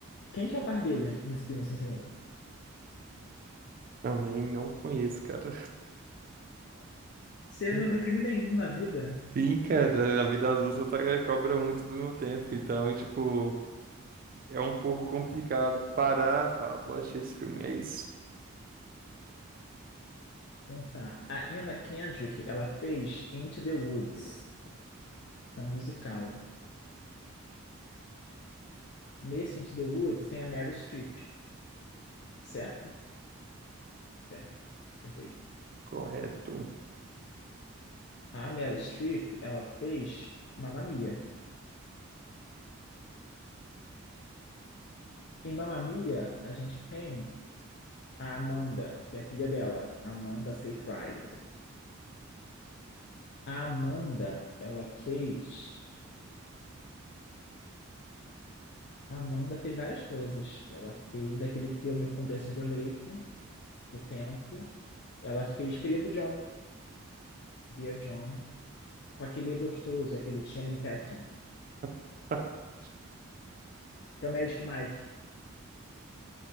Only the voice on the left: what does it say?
Quem que é o par dele nesse filme, Sim Senhor?
Você
não viu filme nenhum na vida?
Pensar. A Anna Kendrick, ela fez Into the Woods, que é um musical. Nesse Into the Woods tem a Meryl Streep, certo? Certo, acertei.
A Meryl Streep, ela fez Mamma Mia. Em Mamma Mia, a gente tem a Amanda, que é a filha dela, Amanda Seyfried. A Amanda, ela fez... A Amanda fez várias coisas. Ela fez aquele filme com Justin Timberlake, do Tempo. Ela fez Querido John, Dear John, com aquele gostoso, aquele Channing Tatum,
que é o Magic Mike.